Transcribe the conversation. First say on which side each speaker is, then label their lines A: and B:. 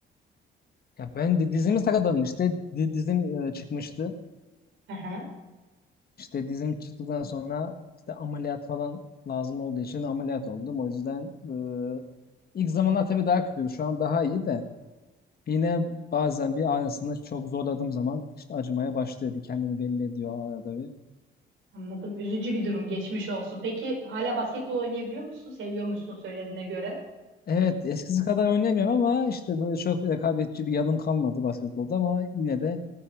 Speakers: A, on the left; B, on the right.
A: Ya ben de dizimi sakatladım işte. Di- Dizim e, çıkmıştı.
B: Hı hı.
A: İşte dizim çıktıktan sonra işte ameliyat falan lazım olduğu için ameliyat oldum. O yüzden e, ilk zamanlar tabii daha kötüydü. Şu an daha iyi de yine bazen bir ağrısını çok zorladığım zaman işte acımaya başlıyor. Bir kendini belli ediyor arada bir.
B: Anladım. Üzücü bir durum. Geçmiş olsun. Peki hala basketbol oynayabiliyor musun? Seviyormuşsun söylediğine göre.
A: Evet eskisi kadar oynayamıyorum ama işte böyle çok rekabetçi bir yanım kalmadı basketbolda ama yine de